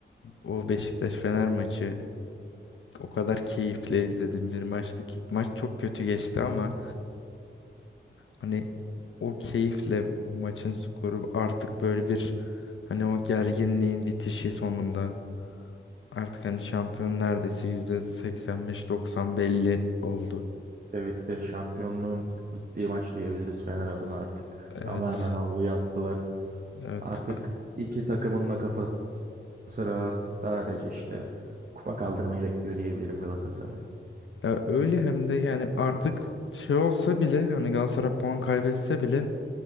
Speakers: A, on the left; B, on the right.
A: o Beşiktaş-Fener maçı o kadar keyifle izledim bir maçtı ki maç çok kötü geçti ama hani o keyifle maçın skoru artık böyle bir hani o gerginliğin bitişi sonunda. Artık hani şampiyon neredeyse yüzde seksen beş doksan belli oldu.
B: Evet de şampiyonluğun gittiği maç diyebiliriz Fener adına artık.
A: Evet.
B: Tamamen havluya attılar.
A: Evet.
B: Artık iki takımın da kafası rahat. Sadece işte kupa kaldırmayı bekliyor diyebilirim Galatasaray.
A: Ya öyle hem de yani artık şey olsa bile hani Galatasaray puan kaybetse bile